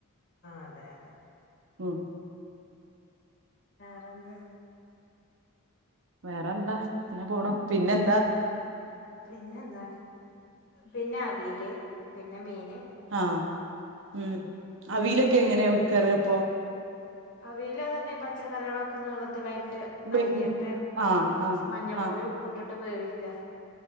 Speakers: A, on the left; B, on the right.
A: അതെ അതെ
B: ഉം
A: എന്തോ
B: വേറെ എന്താ അങ്ങനെ പോണുപിന്നെന്താ
A: പിന്നെ എന്താ പിന്നെ അവിയല് പിന്നെ മീന്
B: ആ ഉം അവയിലൊക്കെ എങ്ങനെയാ വെക്കാറ് അപ്പൊ
A: അവിയൽ അത് തന്നെ പച്ചക്കറികളൊക്കെ നീളത്തി അരി
B: വേ
A: അരിഞ്ഞിട്ട്
B: ആ ആ
A: മഞ്ഞപ്പൊടി
B: ആ
A: ഉപ്പ്ട്ടിട്ട് വേവിക്ക